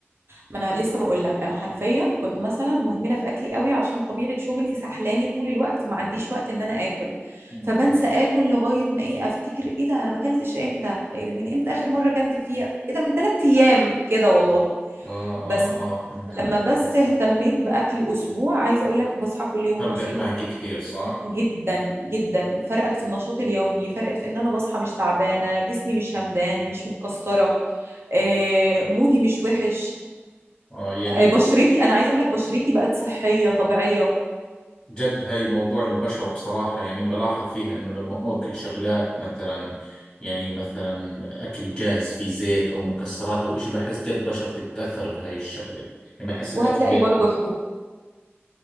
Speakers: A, on the right; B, in the centre.
A: ما انا لسه بقول لك انا حرفيا كنت مثلا مهمله في اكلي قوي عشان طبيعه شغلي سحلاني طول الوقت فما عنديش وقت ان انا اكل
B: مم.
A: فبنسى اكل لغايه ما ايه افتكر ايه ده انا ما اكلتش امتى إيه من امتى اخر مره اكلت فيها ايه ده من ثلاث ايام كده والله
B: آه آه
A: بس
B: آه فهمت عليك
A: لما بس اهتميت باكلي اسبوع عايزه اقول لك بصحى كل يوم
B: فرقت
A: نشيطه
B: معك كثير صح؟
A: جدا جدا فرقت في النشاط اليومي فرقت في ان انا بصحى مش تعبانه جسمي مش همدان مش متكسره آه، مودي مش وحش
B: آه يعني
A: آه، بشرتي انا عايزه اقول لك بشرتي بقت صحيه طبيعيه
B: جد هاي موضوع البشرة بصراحة يعني بلاحظ فيها إنه لما أكل شغلات مثلا يعني مثلا أكل جاهز فيه زيت أو مكسرات أو إشي بحس جد بشرتي بتأثر بهاي الشغلة يعني بحس الأكل
A: وهتلاقي
B: بيأثر
A: برضو حبوب